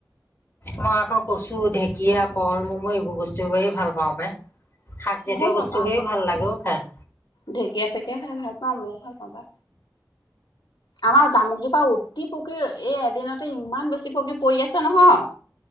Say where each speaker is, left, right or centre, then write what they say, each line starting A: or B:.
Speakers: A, on the left; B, on the left.
A: মই আকৌ কচু ঢেকীয়া কল মম' এইবোৰ বস্তু বৰে ভাল পাও বে। শাকজাতীয়
B: ময়ো ভাল
A: বস্তু
B: পাওঁ
A: বোৰে
B: সেইবোৰ
A: ভাল লাগে ও খাই।
B: ঢেকীয়া চেকিয় খাই ভাল পাওঁ মইও ভাল পাওঁ বা আমাৰ জামুকজোপা অতি পকী এই এদিনতে ইমান বেছি পকী পৰি আছে নহয়